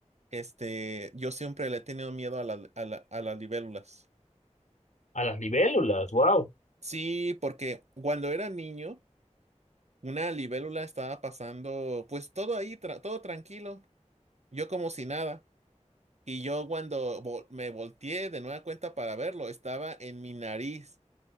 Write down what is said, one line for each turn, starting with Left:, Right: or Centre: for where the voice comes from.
Right: este, yo siempre le he tenido miedo a la- a la- a las libélulas.
Left: A las libélulas, wow.
Right: Sí, porque cuando era niño, una libélula estaba pasando, pues todo ahí, tra- todo tranquilo, yo como si nada. Y yo cuando vol- me volteé de nueva cuenta para verlo, estaba en mi nariz.